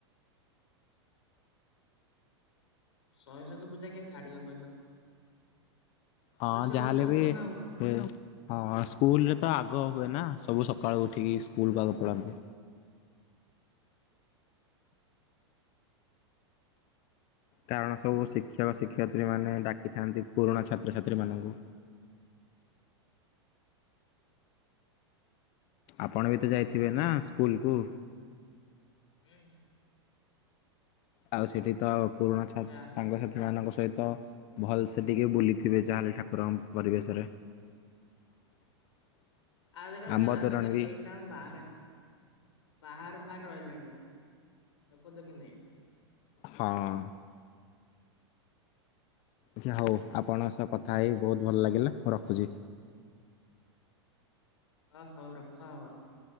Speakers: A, on the left; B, on the left.
A: ସରସ୍ଵତୀ ପୂଜା କିଏ ଛାଡିବ କହିଲ?
B: ହଁ
A: କହିଲ ସେ
B: ଯାହାହେଲେ
A: ଗୋଟେ ପର୍ବ
B: ବି
A: ନା ଆଉ।
B: ସେ, ହଁ ସ୍କୁଲରେ ତ ଆଗ ହୁଏ ନା, ସବୁ ସକାଳୁ ଉଠିକି ସ୍କୁଲକୁ ଆଗ ପଳାନ୍ତି। କାରଣ ସବୁ ଶିକ୍ଷକ ଶିକ୍ଷୟତ୍ରୀମାନେ ଡାକିଥାନ୍ତି ପୁରୁଣା ଛାତ୍ରଛାତ୍ରୀମାନୁଙ୍କୁ। ଆପଣ ବି ତ ଯାଇଥିବେ ନା ସ୍କୁଲକୁ?
A: ହୁଁ ହୁଁ।
B: ଆଉ ସେଠି ତ ପୁରୁଣା ଛା
A: ନା
B: ସାଙ୍ଗସାଥି ସେମାନଙ୍କ ସହିତ ଭଲସେ ଟିକେ ବୁଲିଥିବେ, ଯାହାହେଲେ ଠାକୁରଙ୍କ ପରିବେଶରେ। <inaudible>
A: ଆଜି କାଲି
B: ଆମ୍ବ
A: ତ ଦେଖୁଛ
B: ତୋରଣୀ ବି
A: କେହି ବାହାରେ, ବାହାର ଫାହାର ରହିଲେଣି। ଦେଖୁଛ କି ନାହିଁ?
B: ହଁ ଅଁ। ଆଚ୍ଛା ହଉ, ଆପଣଙ୍କ ସହ କଥା ହେଇ ବହୁତ ଭଲ ଲାଗିଲା, ମୁଁ ରଖୁଛି।
A: ଓ ହଉ ରଖ ଆଉ।